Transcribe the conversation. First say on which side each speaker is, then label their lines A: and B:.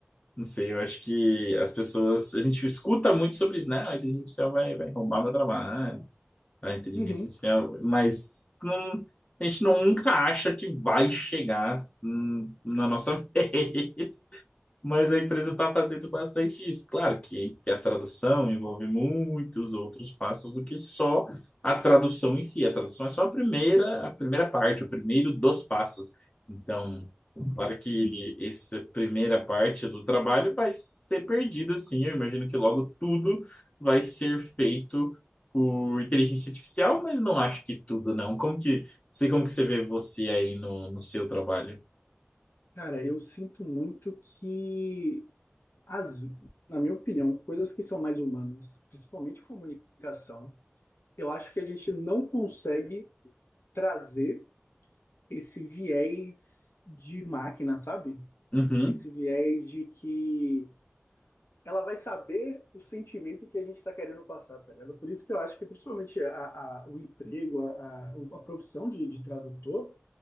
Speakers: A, on the left; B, on the left.
A: não sei, eu acho que as pessoas. A gente escuta muito sobre isso, né? Ah, A inteligência artificial vai, vai roubar meu trabalho. a inteligência
B: Uhum.
A: artificial, mas não- a gente nunca acha que vai chegar hum, na nossa <laughs> vez. Mas a empresa está fazendo bastante isso. Claro que, que a tradução envolve muitos outros passos do que só a tradução em si. A tradução é só a primeira, a primeira parte, o primeiro dos passos. Então, claro que essa primeira parte do trabalho vai ser perdida, sim. Eu imagino que logo tudo vai ser feito por inteligência artificial, mas não acho que tudo, não. Como que, sei como que você vê você aí no, no seu trabalho.
B: Cara, eu sinto muito que, as, na minha opinião, coisas que são mais humanas, principalmente comunicação, eu acho que a gente não consegue trazer esse viés de máquina, sabe?
A: Uhum,
B: Esse viés de que ela vai saber o sentimento que a gente está querendo passar, tá ligado? Por isso que eu acho que, principalmente, a, a- o emprego, a, a, a profissão de, de tradutor,